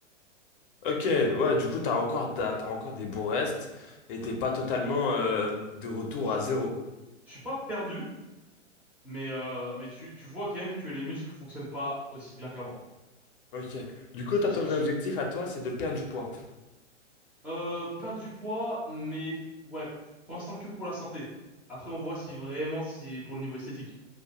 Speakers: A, on the left; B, in the centre.
A: Ok, ouais, du coup, t'as encore, t'as, t'as encore des bons restes et t'es pas
B: Ouais.
A: totalement euh, de retour
B: Je, suis-
A: à zéro.
B: je suis pas perdu, mais, euh, mais tu, tu vois quand même que les muscles fonctionnent pas aussi bien qu'avant.
A: Ok. Du coup, t'as
B: J'ai
A: ton
B: j'ai-
A: objectif à toi, c'est de perdre du poids.
B: euh, perdu du poids, mais ouais, pour l'instant que pour la santé. Après, on voit si vraiment c'est pour le niveau esthétique.